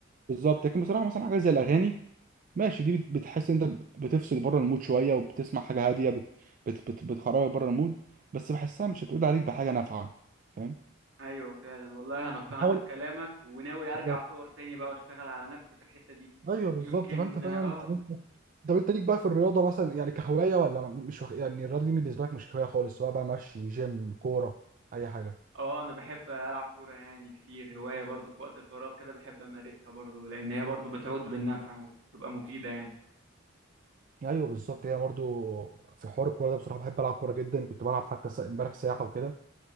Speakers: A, on the right; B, on the right.
A: بالظبط لكن بصراحه مثلا حاجه زي الاغاني ماشي دي بت... بتحس انت ب- بتفصل بره المود شويه وبتسمع حاجه هاديه بت... بت... بت... بتخرجك بره المود بس بحسها مش هتعود عليك بحاجه نافعه فاهم
B: ايوه فعلا والله انا اقتنعت
A: بحاول
B: بكلامك وناوي ارجع
A: بالظبط
B: اصور تاني بقى واشتغل على نفسي في الحتة دي
A: ايوه بالظبط
B: يمكن
A: فانت فعلا
B: اه
A: يعني انت طب انت ليك بقى في الرياضه مثلا يعني كهوايه ولا م- مش وخ... يعني الرياضه دي بالنسبه لك مش هوايه خالص سواء بقى مشي جيم كوره اي حاجه
B: اه انا بحب العب كورة يعني كتير هواية برضو في وقت الفراغ كده بحب امارسها برضو لان هي برضو بتعود بالنفع وبتبقى مفيدة يعني
A: ايوه بالظبط هي برضو في حوار الكوره ده بصراحه بحب العب كوره جدا كنت بلعب حتى سا- امبارح سياحه وكده